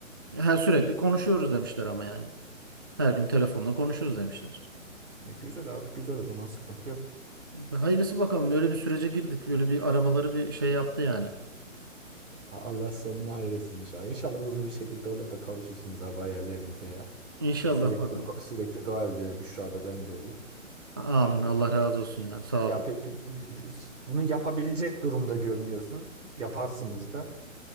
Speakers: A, on the right (about 15°); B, on the right (about 65°).
A: Her sürekli konuşuyoruz demişler ama yani. Her gün telefonla konuşuyoruz demişler.
B: E, güzel abi güzel o zaman sıkıntı yok.
A: Hayırlısı bakalım. Öyle bir sürece girdik. Öyle bir aramaları bir şey yaptı yani.
B: Allah sonunu hayretsin inşallah. İnşallah hızlı bir şekilde olur da kavuşursunuz abi hayallerinize ya.
A: İnşallah
B: Sürekli
A: bakalım.
B: sürekli dua ediyor Büşra da ben de öyle.
A: Amin.
B: Ee,
A: Allah razı olsun ya. Sağ
B: Ya
A: olun.
B: pe- pe- bunu yapabilecek durumda görünüyorsunuz. Yaparsınız da.